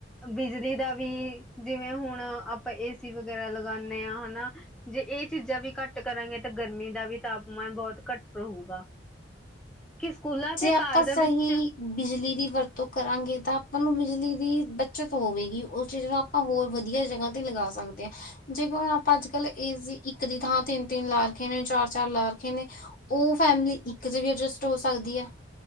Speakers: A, in the centre; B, on the left.
A: ਬਿਜਲੀ ਦਾ ਵੀ ਜਿਵੇਂ, ਹੁਣ ਆਪਾਂ ਏਸੀ ਵਗੈਰਾ ਲਗਾਉਦੇ ਹਾਂ ਹਨਾ ਜੇ ਇਹ ਚੀਜ਼ਾਂ ਵੀ ਘੱਟ ਕਰਾਂਗੇ ਤਾਂ ਗਰਮੀ ਦਾ ਵੀ ਤਾਪਮਾਨ ਬਹੁਤ ਘੱਟ ਰਹੇਗਾ ਕਿ, ਸਕੂਲਾਂ ਤੇ
B: ਜੇ ਆਪਾਂ
A: ਕਾਲਜਾਂ
B: ਸਹੀ
A: ਵਿੱਚ
B: ਬਿਜਲੀ ਦੀ ਵਰਤੋਂ ਕਰਾਂਗੇ ਤਾਂ ਆਪਾਂ ਨੂੰ ਬਿਜਲੀ ਦੀ ਬੱਚਤ ਹੋਵੇਗੀ ਉਸ ਚੀਜ਼ ਨਾਲ ਆਪਾਂ, ਹੋਰ ਵਧੀਆ ਜਗ੍ਹਾ ਤੇ ਲਗਾ ਸਕਦੇ ਹਾਂ। ਜੇਕਰ ਹੁਣ ਆਪਾਂ ਅੱਜ- ਕੱਲ੍ਹ ਇਸ ਦੀ ਇੱਕ ਦੀ ਥਾਂ ਤਿੰਨ ਤਿੰਨ ਲਾ ਰੱਖੇ ਨੇ, ਚਾਰ- ਚਾਰ ਲਾ ਰੱਖੇ ਨੇ। ਉਹ ਫੈਮਲੀ, ਇੱਕ ਚ ਵੀ ਅਡਜਸਟ ਹੋ ਸਕਦੀ ਹੈ।